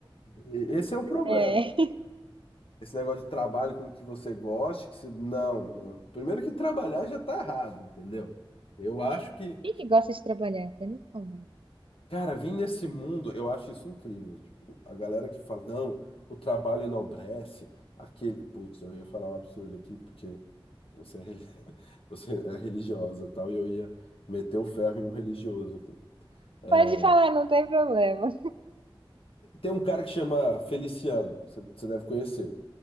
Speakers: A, on the left (about 80°); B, on the right (about 70°).
A: E Esse é o problema.
B: É.
A: Esse negócio de trabalho com o que você goste, que se... não, não. Primeiro que trabalhar já tá errado, entendeu? Eu acho
B: <laughs>
A: que,
B: Quem que gosta de trabalhar? Pra mim, como é?
A: cara, vir nesse mundo, eu acho isso incrível. Tipo, a galera que fala, não, o trabalho enobrece, aquele. Putz, eu ia falar um absurdo aqui, porque você é, reli- <laughs> você é religiosa e tal, e eu ia meter o ferro em um religioso aqui. É,
B: Pode falar, não tem problema.
A: Tem um cara que chama Feliciano, você você deve conhecer.